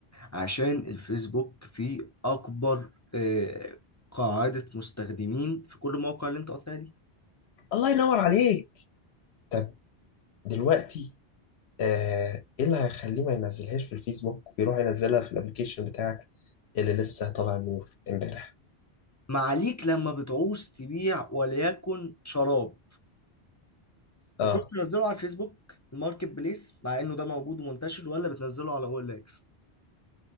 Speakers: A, on the left (about 25°); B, on the left (about 75°).
A: عشان الفيسبوك فيه اكبر آه، قاعده مستخدمين في كل المواقع اللي انت قلتها دي
B: الله ينور عليك طب دلوقتي آه، ايه اللي هيخليه ما ينزلهاش في الفيسبوك ويروح ينزلها في الابليكيشن بتاعك اللي لسه طالع النور امبارح
A: ما عليك لما بتعوز تبيع وليكن شراب
B: اه
A: بتروح تنزله على الفيسبوك الماركت بليس مع انه ده موجود ومنتشر ولا بتنزله على او ال اكس